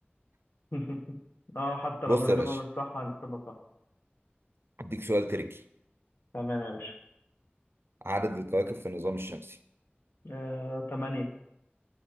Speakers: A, on the left; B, on the right.
A: <laughs> اه حتى لو
B: بص
A: الإجابة
B: يا باشا
A: مش صح هنحسبها صح
B: اديك سؤال تريكي
A: تمام يا باشا
B: عدد الكواكب في النظام الشمسي
A: آه، تمانية